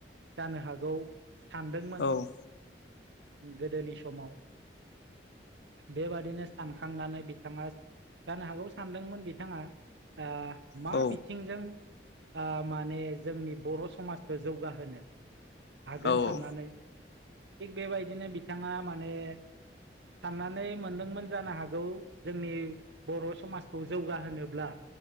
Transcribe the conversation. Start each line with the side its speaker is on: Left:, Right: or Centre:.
Right: जानो हागौ सानदोंमोन
Left: औ औ
Right: गोदोनि समाव बेबादिनो सानखांनानै बिथाङा जानो हागौ सानदोंमोन बिथाङा आ मा
Left: औ
Right: बिथिंजों आ माने जोंनि बर' समाजखौ जौगाहोनो हागोन
Left: औ
Right: साननानै
Left: औ
Right: थिग बेबायदिनो बिथाङा माने साननानै मोनदोंमोन जानो हागौ जोंनि बर' समाजखौ जौगाहोनोब्ला